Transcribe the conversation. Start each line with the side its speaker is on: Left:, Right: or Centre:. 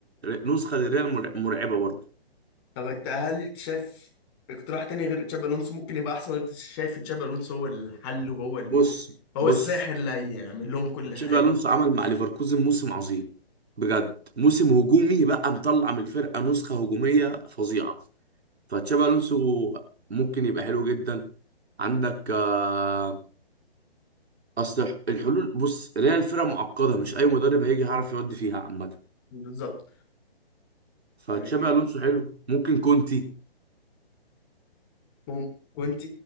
Right: نسخه للريال مرع- مرعبه برضه
Left: طب انت هل شايف اقتراح تاني غير تشابي الونسو ممكن يبقى احسن ولا أنت شايف تشابي الونسو هو الحل وهو ال...
Right: بص
Left: هو
Right: بص
Left: الساحر اللي هيعمل لهم كل
Right: تشابي
Left: حاجه
Right: الونسو عمل مع ليفركوزن موسم عظيم بجد موسم هجومي بقى مطلع من الفرقه نسخه هجوميه فظيعه فتشابي الونسو ممكن يبقى حلو جدا عندك آه، اصل الحلول بص ريال فرقه معقده مش اي مدرب هيجي يعرف يودي فيها عامه
Left: بالظبط
Right: فتشابي
Left: يعني
Right: الونسو حلو ممكن كونتي
Left: مم- كنت